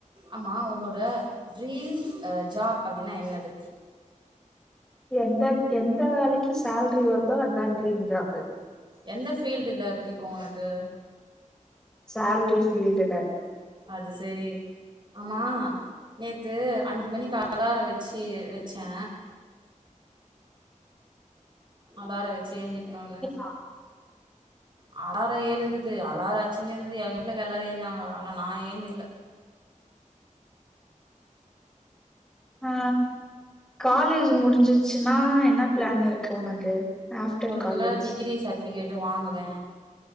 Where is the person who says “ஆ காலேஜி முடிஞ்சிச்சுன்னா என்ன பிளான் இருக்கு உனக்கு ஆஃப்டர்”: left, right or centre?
Centre